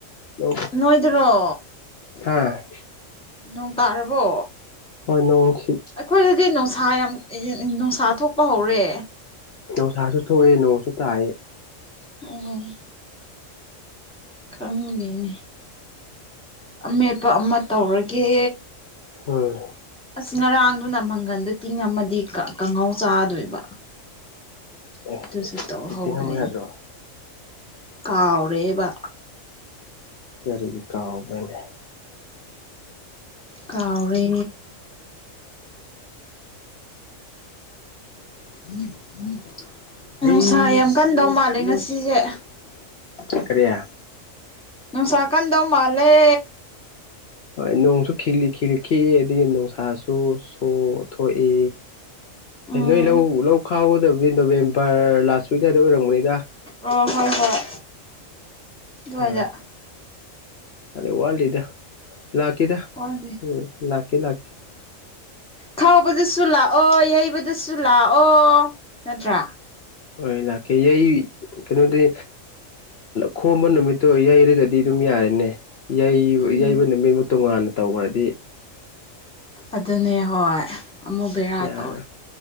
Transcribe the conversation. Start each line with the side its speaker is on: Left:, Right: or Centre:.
Left: ꯂ
Centre: ꯅꯣꯏꯗꯔꯣ
Left: ꯍꯥ <unintelligible>
Centre: ꯅꯣꯡ ꯇꯥꯔꯕꯣ
Left: ꯍꯣꯏ ꯅꯣꯡꯁꯤ
Centre: ꯑꯩꯈꯣꯏꯗꯗꯤ ꯅꯨꯡꯁꯥ ꯌꯥꯝ ꯅꯨꯡꯁꯥ ꯊꯣꯛꯄ ꯍꯧꯔꯦ
Left: ꯅꯨꯡꯁꯥꯁꯨ ꯊꯣꯛꯑꯦ ꯅꯣꯡꯁꯨ ꯇꯥꯏ
Centre: ꯎꯝ ꯈꯪꯗꯅꯦ ꯑꯃꯦꯠꯄ ꯑꯃ ꯇꯧꯔꯒꯦ
Left: ꯍꯣꯏ
Centre: ꯑꯁ ꯉꯔꯥꯡꯗꯨꯅ ꯃꯪꯒꯟꯗ ꯇꯤꯡ ꯑꯃꯗꯤ ꯀꯥꯡꯍꯧ ꯆꯥꯗꯣꯏꯕ
Left: ꯑꯦ
Centre: ꯑꯗꯨꯁꯨ ꯇꯧꯍꯧꯗ꯭ꯔꯦꯅꯦ
Left: ꯇꯤꯡꯉꯝꯕ ꯌꯥꯗ꯭ꯔꯣ
Centre: ꯀꯥꯎꯔꯦꯕ
Left: ꯀꯔꯤ ꯀꯥꯎꯕ꯭ꯔꯅꯦ
Centre: ꯀꯥꯎꯔꯦ
Left: ꯌꯨꯁ
Centre: ꯅꯨꯡꯁꯥ
Left: <inaudible>
Centre: ꯌꯥꯝ ꯀꯟꯗꯧ ꯃꯥꯜꯂꯦ ꯉꯁꯤꯁꯦ
Left: ꯀꯔꯤꯌꯥ
Centre: ꯎ ꯁꯀꯥꯟꯗꯧ ꯃꯥꯂꯦ
Left: ꯍꯣꯏ ꯅꯣꯡꯁꯨ ꯈꯤꯛꯂꯤ ꯈꯤꯛꯂꯤ ꯈꯤꯛꯏ ꯑꯗꯒꯤ ꯅꯨꯡꯁꯥꯁꯨ ꯁꯨ ꯊꯣꯛꯏ
Centre: ꯎꯝ
Left: ꯅꯣꯏ ꯂꯧ ꯂꯧ ꯈꯥꯎꯒꯗꯕꯗꯤ ꯅꯣꯕꯦꯝꯕꯔ ꯂꯥꯁ ꯋꯤꯛꯗꯥꯏꯗ ꯑꯣꯏꯔꯝꯒꯅꯤꯗ
Centre: ꯑꯣ ꯍꯣꯏ ꯍꯣꯏ ꯑꯗꯨꯋꯥꯏꯗ
Left: ꯑ ꯑꯗ ꯋꯥꯜꯗ ꯂꯥꯛꯀꯗ
Centre: ꯋꯥꯠꯂꯤ
Left: ꯎ ꯂ ꯀꯅꯥ <unintelligible>
Centre: ꯈꯥꯎꯕꯗꯁꯨ ꯂꯥꯛꯑꯣ ꯌꯩꯕꯗꯁꯨ ꯂꯥꯛꯑꯣ ꯅꯠꯇ꯭ꯔꯥ
Left: ꯍꯣꯏ ꯂꯥꯛꯀꯦ ꯑꯩ ꯀꯩꯅꯣꯗꯤ ꯈꯣꯝꯕ ꯅꯨꯃꯤꯠꯇꯣ ꯌꯩꯔꯒꯗꯤ ꯑꯗꯨꯝ ꯌꯥꯔꯦꯅꯦ ꯌꯩ
Centre: ꯎꯝ
Left: ꯌꯩꯕ ꯅꯨꯃꯤꯠꯕꯨ ꯇꯣꯉꯥꯟꯅ ꯇꯧꯈ꯭ꯔꯗꯤ
Centre: ꯑꯗꯨꯅꯦ ꯍꯣꯏ ꯑꯃꯨꯛ ꯕꯦꯔꯥ
Left: ꯌꯥꯔꯦ
Centre: ꯇꯧꯋꯦ